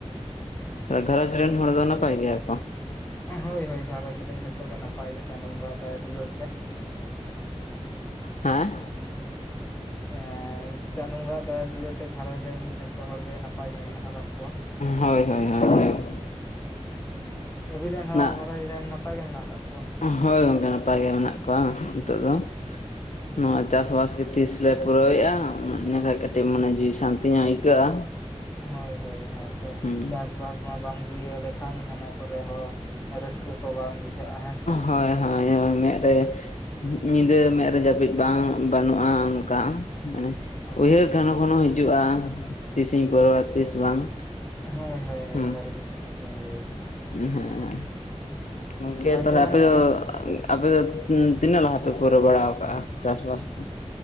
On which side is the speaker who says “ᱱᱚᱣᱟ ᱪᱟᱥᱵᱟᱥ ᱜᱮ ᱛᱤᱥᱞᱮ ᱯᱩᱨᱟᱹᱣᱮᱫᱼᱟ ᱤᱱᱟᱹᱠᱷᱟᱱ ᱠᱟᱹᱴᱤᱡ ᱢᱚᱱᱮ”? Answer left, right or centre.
Left